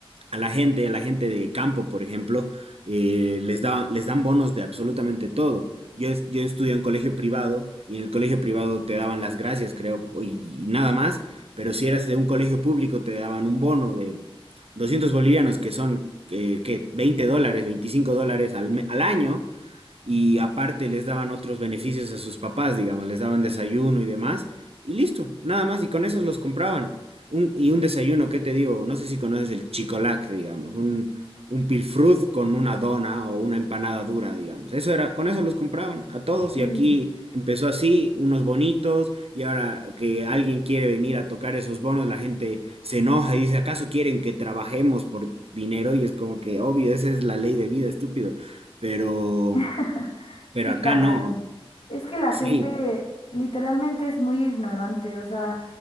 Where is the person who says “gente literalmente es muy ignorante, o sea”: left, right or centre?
Left